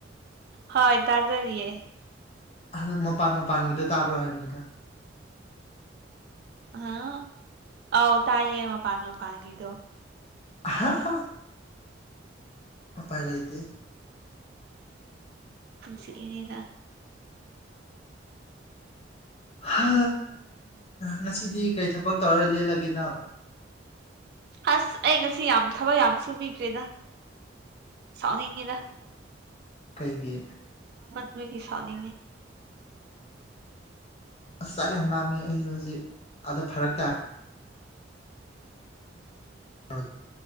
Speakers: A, on the right; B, on the left.
A: ꯍꯣꯏ ꯇꯥꯖꯔꯤꯌꯦ
B: ꯑꯗꯨ ꯃ ꯄꯥꯟ ꯄꯥꯥꯟꯒꯤꯗ ꯇꯥꯕ꯭ꯔ ꯍꯥꯏꯕꯅꯤ ꯏꯗ
A: ꯍꯥ ꯑꯥꯎ ꯇꯥꯏꯌꯦ ꯑꯃ ꯄꯅ ꯃ ꯄꯥꯡ ꯀꯤꯗꯣ
B: ꯍ ꯄꯥꯏꯔꯇ
A: ꯁꯤ ꯏꯅꯤꯅ
B: ꯍ ꯉꯁꯤꯗꯤ ꯀꯔꯤ ꯊꯕꯛ ꯇꯧꯔ ꯂꯦꯜꯂꯒꯦ ꯅꯪ
A: ꯑꯁ ꯑꯩ ꯉꯁꯤ ꯌꯥꯝ ꯊꯕꯛ ꯌꯥꯝ ꯁꯨꯕꯤꯈ꯭ꯔꯦꯅ ꯁꯥꯎꯅꯤꯡꯉꯤꯅ
B: ꯀꯩꯒꯤ
A: ꯅꯨꯒꯤ ꯁꯥꯅꯤ
B: ꯑꯁ ꯆꯥꯛ ꯌꯥꯝ ꯂꯥꯝꯃꯦ ꯑꯩꯁꯨꯦ ꯍꯧꯖꯤꯛ ꯑꯥꯗ ꯐꯔꯛ ꯇꯥꯔꯦ ꯍ